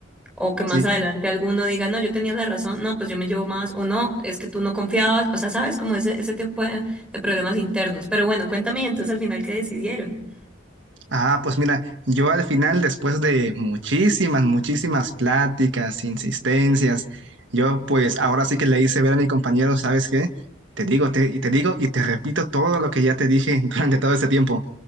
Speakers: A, in the centre; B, on the right (about 60°).
A: O que más
B: Sí.
A: adelante alguno diga, no, yo tenía la razón, no, pues yo me llevo más, o no, es que tú no confiabas, o sea, sabes, como ese, ese tipo de, de problemas internos. Pero bueno, cuéntame y entonces al final qué decidieron.
B: Ah, pues mira, yo al final, después de muchísimas, muchísimas pláticas, insistencias, yo pues ahora sí que le hice ver a mi compañero, ¿sabes qué? Te digo, te, y te digo y te repito todo lo que ya te dije <laughs> durante todo este tiempo.